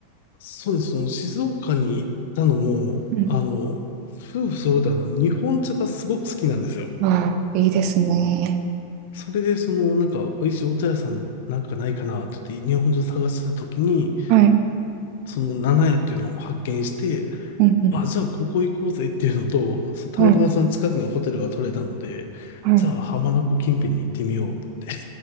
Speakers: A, on the left; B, on the right.
A: そうです。その静岡に行ったのも、
B: うん
A: あの、夫婦揃ってあの、日本茶がすごく好きなんですよ。
B: ああ、いいですね。
A: それで、その、なんか、美味しいお茶屋さんなんかないかなって言って、日本中探してた時に、
B: はい。
A: その、七屋っていうのを発見して、
B: うんうん。
A: あ、じゃあ、ここ行こうぜっていうのと、そたまたまその近くにホテルが取れたので、
B: はい。はい。
A: じゃあ、浜名湖近辺に行ってみようって